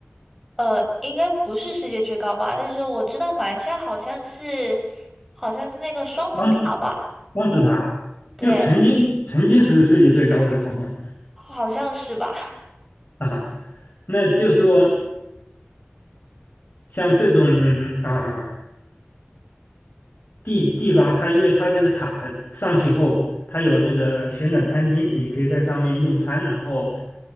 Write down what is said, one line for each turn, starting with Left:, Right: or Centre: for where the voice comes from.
Centre: 呃，应该不是世界最高吧，但是我知道马来西亚好像是，好像是那个双子塔吧？
Left: 双子双子塔，
Centre: 对，
Left: 就曾经曾经是世界最高的，好像
Centre: 好像是吧？
Left: 啊。那就说像这种啊。地地方，它因为它这个塔上去后，它有那个旋转餐厅，你可以在上面用餐，然后